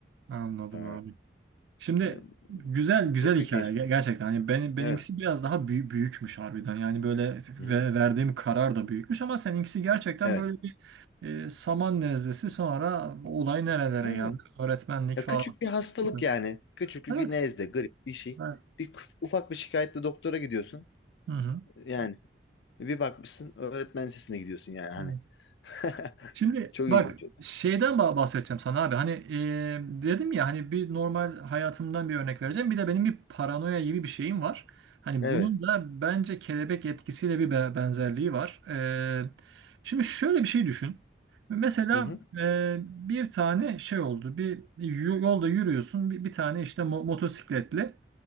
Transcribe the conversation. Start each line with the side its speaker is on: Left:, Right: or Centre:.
Right: Anladım
Left: Ee,
Right: abi. Şimdi
Left: e,
Right: güzel güzel
Left: çok büyük
Right: hikaye
Left: değişiklik.
Right: Ger- gerçekten. Hani benim benimkisi
Left: Evet.
Right: biraz daha büyük büyükmüş harbiden. Yani böyle
Left: Hı hı.
Right: ve verdiğim karar da büyükmüş ama seninkisi gerçekten
Left: Evet.
Right: böyle
Left: Evet.
Right: bir e, saman nezlesi sonra olay nerelere
Left: Evet.
Right: geldi? Öğretmenlik
Left: Ya
Right: falan.
Left: küçük bir hastalık
Right: Süper.
Left: yani. Küçük bir
Right: Evet.
Left: nezle, grip bir şey.
Right: Evet.
Left: Bir kuf- ufak bir şikayetle doktora gidiyorsun.
Right: Hı hı.
Left: Yani bir bakmışsın öğretmen sesine gidiyorsun yani hani.
Right: Evet.
Left: <laughs>
Right: Şimdi
Left: Çok
Right: bak
Left: ilginç.
Right: şeyden bah- bahsedeceğim sana abi. Hani e, dedim ya hani bir normal hayatımdan bir örnek vereceğim. Bir de benim bir paranoya gibi bir şeyim var. Hani
Left: Evet.
Right: bunun da bence kelebek etkisiyle bir be- benzerliği var. E, şimdi şöyle bir şey düşün. Mesela
Left: Hı hı.
Right: e, bir tane şey oldu. Bir y- yolda yürüyorsun. Bir, bir tane işte mo- motosikletli.